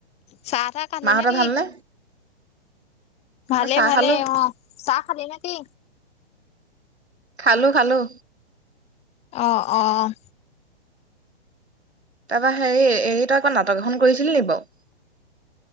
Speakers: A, on the left (about 20°); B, on the right (about 80°).
A: চাহ তাহ খালি
B: মাহঁতৰ
A: নে কি?
B: ভালনে?
A: ভালে
B: অ চাহ
A: ভালে
B: খালো
A: অ, চাহ খালি নে কি?
B: খালো খালো
A: অঁ অহ।
B: তাৰপৰা হেৰি এই তই আকৌ নাটক এখন কৰিছিলি নি বাৰু?